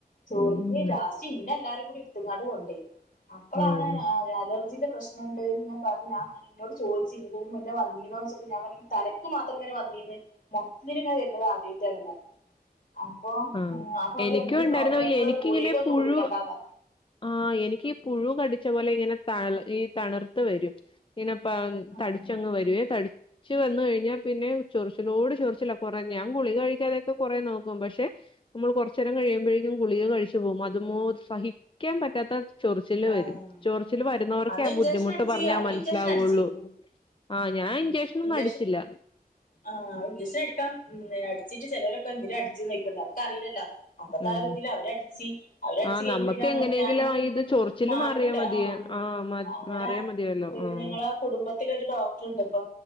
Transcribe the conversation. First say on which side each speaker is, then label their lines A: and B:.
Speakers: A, on the left; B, on the left.
A: ചൊറിഞ്ഞു
B: ഉം ഉം
A: ലാസ്റ്റ് ഇന്നെ എല്ലാരും കൂടി ഇരുത്തങ്ങാട് കൊണ്ടപയി അപ്പോളാണ്
B: ഉം
A: അലർജി അന്റെ പ്രശ്നുണ്ട്ന്ന്ങ്ങെ പറഞ്ഞു എന്നോട് ചോദിച്ച് ഇതുപോലെ വല്ലതും വന്നിയ ച്ചെപ്പോ ഞാൻ പറഞ്ഞു തലക്ക് മാത്രം ഇങ്ങനെ വന്നിന്ന് മൊത്തത്തിങ്ങന വരുന്നത് ആദ്യമായിട്ടാണ് ഞാൻ അപ്പൊ
B: ആഹ്
A: അപ്പൊ അവര്
B: എനിക്കും
A: വന്നെന്
B: ഉണ്ടായിരുന്നു
A: പ്രോപ്പറായിട്ട് നിങ്ങള്
B: എനിക്കിങ്ങനെ
A: ഗുളീക് ഒന്ന്
B: പുഴു
A: കുടിക്കേണ്ടന്നാണ്
B: ആഹ് എനിക്ക് പുഴു കടിച്ച പോലെ ഇങ്ങനെ ത ഈ തണുർത്ത വരും ഇന്നെപ്പ
A: ആഹ്
B: തടിച്ചങ് വരുവേ തടി ച്ച് വന്ന് കഴിഞ്ഞാൽ പിന്നെ ഉ ചൊറിച്ചിലോട് ചൊറിച്ചില കുറേ ഞാൻ ഗുളിക കഴിക്കാതെയക്കെ കുറേ നോക്കും പക്ഷെ നമ്മൾ കുറച്ച നേരം കഴിയുമ്പോഴേക്കും ഗുളിക കഴിച്ചു പോകും അതുമാതിരി സഹിക്കാൻ പറ്റാത്ത ചൊറിച്ചില്
A: ആഹ്
B: വരും ചോറിച്ചില് വരുന്നവർക്കേ
A: അന്ന്
B: ആ
A: ഇഞ്ചക്ഷൻ
B: ബുദ്ധിമുട്ട്
A: അടിച്ച്
B: പറഞ്ഞാ
A: അവര്
B: മനസ്സിലാവുള്ളൂ
A: ഇഞ്ചക്ഷൻ അടിച്ച്
B: ആഹ് ഞാൻ ഇഞ്ചക്ഷനൊന്നും
A: ഇഞ്ചക്ഷൻ
B: അടിച്ചില്ല
A: ആഹ് ഇംഞ്ചക്ഷന് അടിക്കാം അടിച്ചിട്ട് ചിലവരൊക്കെ എന്തിനും അടിച്ച് ചോയിക്കല്ലേ നമ്മക്ക് അറീലല്ലോ. അപ്പത്തെ
B: ഉം
A: ആഹ് രീതിയിൽ അവരടിച്ച് അവരടിച്ച്
B: ആഹ്
A: കഴിഞ്
B: നമ്മക്ക്
A: വിടാ എന്നൊക്കെ
B: എങ്ങനെയെങ്കിലും
A: ഞാന്
B: ആ ഇത് ചൊറിച്ചില്
A: മാറിക്കിട്ട്
B: മാറിയാ മതിയ
A: ആഹ്
B: ആഹ്
A: അങ്ങനെ
B: മാറിയാ മതിയല്ലോ
A: പിന്നെ
B: ആഹ്
A: ഞങ്ങള് കുടുംബത്തിലൊരു ഡോക്ടർണ്ട് ഇപ്പൊ